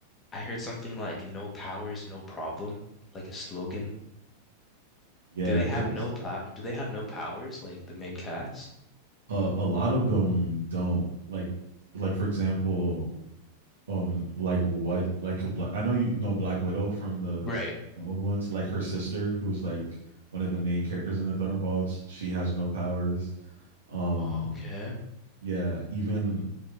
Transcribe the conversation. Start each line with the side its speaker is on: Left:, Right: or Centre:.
Left: I heard something like no powers, no problem, like a slogan.
Right: Yeah,
Left: Do they have
Right: because
Left: no pow do they have no powers like the main cast?
Right: a, a lot of them don't like like for example um like white like a black I know you know Black Widow from the
Left: Right.
Right: old ones, like her sister who's like one of the main characters in the Thunderbolts. She has no powers. Um
Left: Okay.
Right: yeah, even